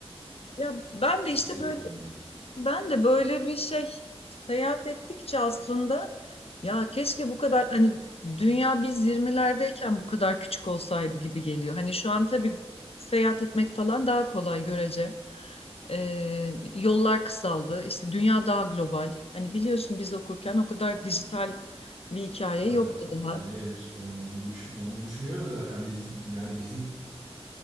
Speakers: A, on the left; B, on the right.
A: Ya ben de
B: Fiziksel
A: işte böyle
B: etkinliğe.
A: Ben de böyle bir şey seyahat ettikçe aslında ya keşke bu kadar hani dünya biz 20'lerdeyken bu kadar küçük olsaydı gibi geliyor. Hani şu an tabii seyahat etmek falan daha kolay görece. Ee, yollar kısaldı. İşte dünya daha global. Hani biliyorsun biz okurken o kadar dijital bir hikaye
B: Evet,
A: yoktu daha.
B: onu, onu, düşün- onu düşünüyorum zaten. Biz yani bizim